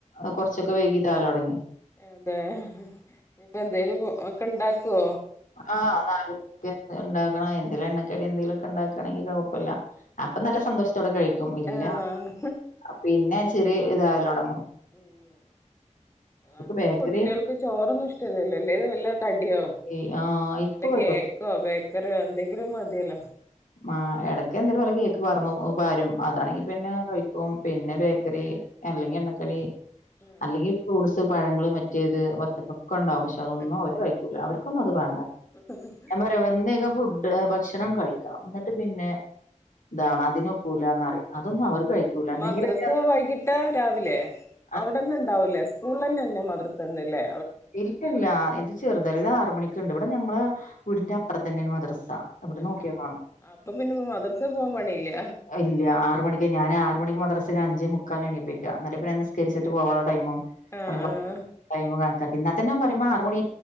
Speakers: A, on the left; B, on the left.
A: എ കൊറച്ചൊക്കെ വൈകീ താല തൊടങ്ങി
B: അതെ ഹ്ഹ് ഇപ്പ എന്തേലും ഒ ഓക്ക് ഇണ്ടാക്കോ
A: ആ നാല് മണിക്ക് എന്തേലും എണ്ടാക്കണം എന്തേലും എണ്ണ ക്കടി എന്തേലൊക്ക ഉണ്ടാക്കയാണെങ്കി കുഴപ്പുല്ല അപ്പ നല്ല സന്തോഷം ത്തോടെ കഴിക്കും ഇല്ല
B: ആഹ്
A: അ പിന്നെ ചെറിയ ഇതായാലൊടങ്ങും
B: ഉം അന്ന്
A: ബേക്കറി
B: കുട്ടികൾക്ക് ചോറൊന്നും ഇഷ്ടല്ലല്ലല്ലേ വല്ല കടിയോ വല്ല
A: ഈ ആഹ് ഇപ്പൊ കൊഴപ്പല്ല.
B: കേക്കോ ബേക്കറിയോ എന്തെങ്കിലും മതിയല്ലോ
A: ആ ഇടക്കെ എന്തേലും വല്ല കേക്ക് വറന്നു വാരും അതാണെങ്കി
B: ആഹ്
A: പിന്നെ കഴിക്കും പിന്നെ ബേക്കറി അല്ലെങ്കി എണ്ണക്കടി
B: ആഹ്
A: അല്ലെങ്കി ഫ്രൂട്സ് പഴങ്ങള് മറ്റേത് വർത്തക്ക ക്കൊണ്ടാവും പക്ഷെ അതൊന്നും
B: ആഹ്
A: അവര് കഴിക്കൂല അവർക്കൊന്നും
B: ആഹ്
A: അത് വാണ്ട ഞാൻ പറയും ഒന്നേകാ
B: അതന്നെ
A: പുട് ഭക്ഷണം കഴിക്കാം എന്നിട്ട് പിന്നെ ഇതാണഅതിനൊക്കൂ ല്ലാന്നറിയാ അതൊന്നും അവർക്ക് കഴിക്കൂല എന്തെങ്കിലൊക്ക
B: മദ്രസ വൈകിട്ട് രാവിലെ
A: അ
B: അവിടെന്നെ ഇണ്ടാവൂലേ സ്കൂളിൽ തന്നെന്നേ മദ്രസന്നല്ലേ
A: ഇല്ല ഇല്ല ഇത് ചെറുതല്ല ഇത് ആറ മണിക്കുണ്ട് ഇവിടെ ഞങ്ങള് വീടിന്റെ അപ്പുറത്തന്നേണ് മദ്രസ ഇവട
B: ആഹ്
A: നോക്കിയാ കാണും
B: അപ്പൊ പിന്നെ മദ്രസ പോവാൻ പണിയില്ല
A: ഇല്ല ആറ് മണിക്ക് ഞാൻ ആറ് മണിക്ക് മദ്രസ ഒര്അഞ്ചേ മുക്കാലിന് എണീപ്പിക്ക എന്നിട്ട് പിന്നെ നിസ്കരിച്ചിട്ട് പോകാൻ ടൈമാകും
B: ആഹ്
A: ഒന്ന് ബ
B: ആഹ്
A: ടൈമ് കാണിക്ക എന്നാത്തന്നെ അവൻ വരുമ്പ ആറു മണി